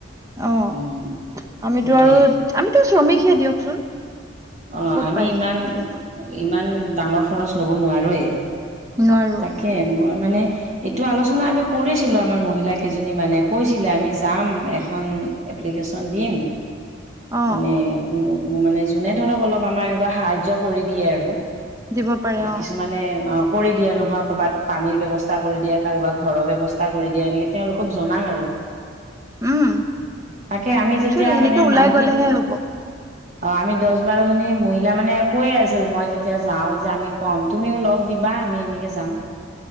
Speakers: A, on the right (about 15°); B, on the right (about 35°).
A: অ',
B: উম
A: আমিতো
B: সেইটোয়ে
A: আৰু আমিতো শ্ৰমিকহে দিয়কচোন।
B: অ',
A: ক'ত
B: আমি
A: পাৰিম
B: ইমান
A: এই মানুহবোৰক
B: ইমান ডাঙৰ খৰচ ল'ব নোৱাৰোৱেই।
A: নোৱাৰো
B: তাকে মই মানে এইটো আলোচনা আমি কৰিছিলো আমাৰ মহিলা কেইজনীমানে কৈছিলে আমি যাম এখন এপ্লিকেশ্যন দিম
A: অ
B: মানে কোনো মানে যোনে ধৰক অলপ আমাৰ এনেকুৱা সাহায্য কৰি দিয়ে আৰু।
A: দিব পাৰে অ
B: কিছুমানে অ' কৰি দিয়ে নহয় কৰ'ৰবাত পানীৰ ব্যৱস্থা কৰি দিয়ে, কাৰোবাৰ ঘৰৰ ব্যৱস্থা কৰি দিয়ে, এনেকে তেওঁলোকক জনাম আৰু।
A: উম
B: তাকে আমি
A: একচুৱেলি
B: যেতিয়া
A: সেনেকে
B: মানে
A: ওলাই
B: মানুহখিনি
A: গলেহে হ'ব
B: অ', আমি দহ বাৰজনী মহিলা মানে একোৱে আছিল মই যেতিয়া যাওঁ যে আমি কম তুমিও লগ দিবা আমি এনেকে যাম উ।